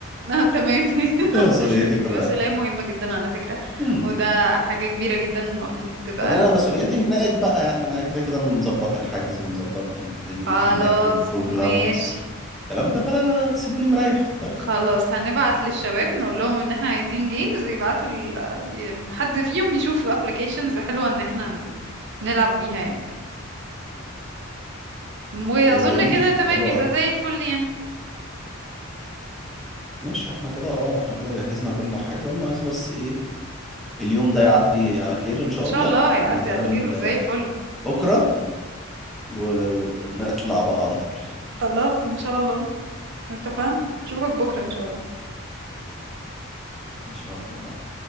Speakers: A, on the right; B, in the centre.
A: آه، تمام <laughs>
B: <laughs> ده مسؤوليتي في
A: دي
B: الرحلة
A: مسؤولية مهمة جدا على فكرة
B: Hmm.
A: وده حاجة كبيرة جدا المفروض تبقى
B: بعدين انا مسؤولياتي هناك بقى يعني انا كده كده انا مظبط الحجز ومظبط الدنيا
A: خلاص
B: هناك وبروجرام
A: ماشي
B: الكلام ده فانا سيبوني مريح في الطريق
A: خلاص هنبعت للشباب نقول لهم ان احنا عايزين جيمز يبعتوا ال... ي- حد فيهم يشوف ابلكيشنز حلوة ان احنا ن- نلعب بيها يعني واظن
B: إيه، جميل
A: كده تمام
B: حلو
A: يبقى
B: قوي
A: زي الفل يعني
B: ماشي احنا كده اه احنا كده جهزنا كل حاجه وناقص بس ايه اليوم ده يعدي على خير ان شاء
A: ان شاء
B: الله
A: الله هيعدي
B: ونتقابل
A: على خير وزي
B: آه،
A: الفل
B: بكره و- ونطلع بقى على طول
A: خلاص ان شاء الله اتفقنا اشوفك بكرة ان شاء الله
B: ان شاء الله